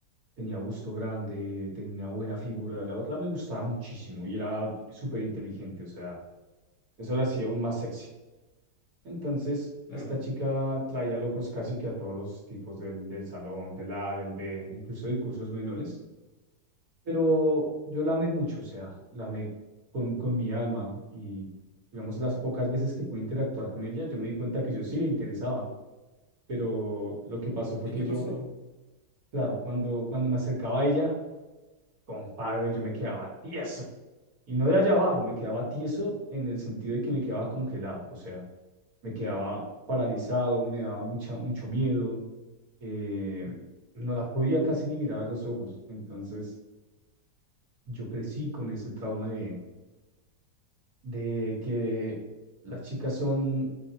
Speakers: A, on the right; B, on the left.
A: tenía busto grande, tenía una buena figura. La verdad me gustaba muchísimo y era súper inteligente. O sea, eso la hacía aún más sexy. Entonces,
B: claro.
A: esta chica traía locos casi que a todos los tipos del, del salón, del A, del B, incluso de cursos menores. Pero yo la amé mucho, o sea, la amé con, con mi alma y, digamos, las pocas veces que pude interactuar con ella, yo me di cuenta que yo sí le interesaba. Pero lo que pasó fue
B: ¿Y
A: que
B: qué
A: yo
B: pasó?
A: Claro, cuando, cuando me acercaba a ella, compadre, yo me quedaba tieso. Y no de allá abajo, me quedaba tieso en el sentido de que me quedaba congelado, o sea, me quedaba paralizado, me daba mucha, mucho miedo, eh, no la podía casi ni mirar a los ojos. Entonces, yo crecí con ese trauma de, de que las chicas son